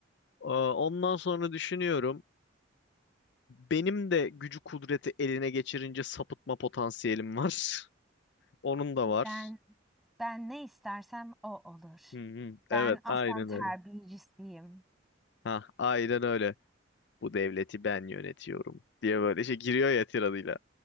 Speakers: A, on the left; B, in the centre.
A: Ee, ondan sonra düşünüyorum. Benim de gücü kudreti eline geçirince sapıtma potansiyelim var. <laughs> Onun da
B: <laughs>
A: var.
B: Ben ben ne istersem o olur.
A: Hı hı.
B: Ben
A: Evet
B: aslan
A: aynen
B: terbiyecisiyim.
A: öyle. Ha, aynen öyle. Bu devleti ben yönetiyorum diye böyle şey giriyor ya tiradıyla.